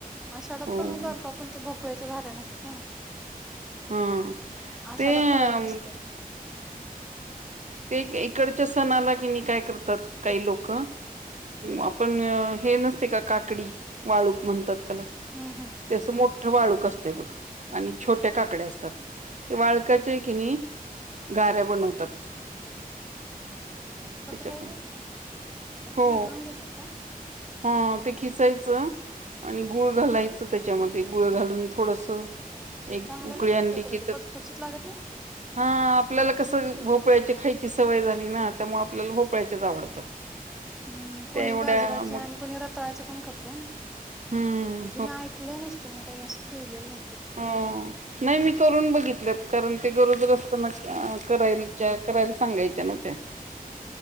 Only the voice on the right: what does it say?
हो
हा
ते अ
ते इकडच्या सण आला कि नाही काय करतात काही लोक
आपण हे नसते का काकडी वाळू म्हणतात त्याला
तेस मोठं वाळूक असत बघ आणि छोट काकडे असतात ते वाळका्याच्या किणी गार्या बनवतात.
त्याच्या
पण
हो
हा ते खिसायचं आणि गुळ घालायचं त्याच्यामध्ये गुळ घालून थोडंसं एक
उकळी
आणली
त
हा आपल्याला कसं भोपळ्याची खायची सवय झाली ना त्यामुळे आपल्याला भोपळ्याच्याच आवडतात
त्या एवढ्या
मग
हम्म
हम्म नाही मी करून बघितलंत कारण ते गरोदरस्त मग कराय करायला सांगायच्या ना ते